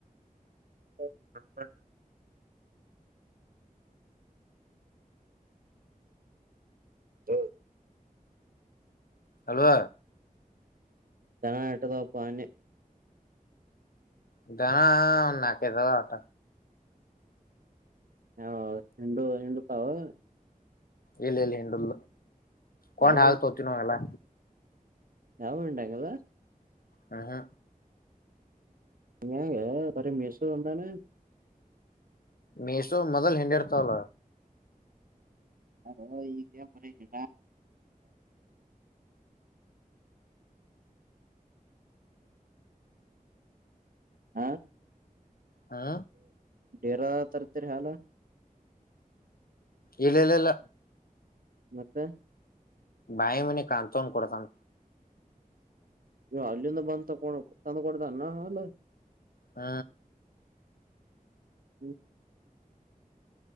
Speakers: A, on the right; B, on the left.
A: ಓ ಬರಬ ಹೌ
B: ಅವ್ವ
A: ಜನ ಎಟದಪ್ಪಾನಿ
B: ಇದದಾನ ನಾಕ್ ಐದು ಆಟ
A: ಹಾ ಹಿಂಡು ಹಿಂಡುತಾವೂ
B: ಇಲ್ಲ ಇಲ್ಲಿ ಹಂಡಲ್ ಕೊಂಡ್
A: ಯಾವ
B: ಹಾಲ್ತೋತ ನ ಎಲ್ಲ
A: ಯಾವ್ ಊರು ಟ್ಯಾಂಕ್ ಅದ
B: ಹ ಹಾ
A: ಹಗೆ ಬ್ರ ಮೆಸು ಅಂದಾನೆ
B: ಮೇಸೋ ಮೊದಲ್ ಹಿಂಡಡ್ತಳ
A: ಅ ಈಗ ಮ್ರ ಇ ಹಾ
B: ಹಾ
A: ಡೇರ ತರ್ತರಿ ಹಲ್ಲ
B: ಇಲ್ಲ ಇಲ್ಲಲ್ಲ
A: ಮತ್ತೆ
B: ನಾಯಿ ಮನೀ ಕಂತನ್ ಕೊಡತಾನ
A: ನೀ ಹಿಂದ ಬಂದಂತ ತಂದ ಕೊಡತ ಹಲ್ಲ
B: ಹೂ
A: ಹ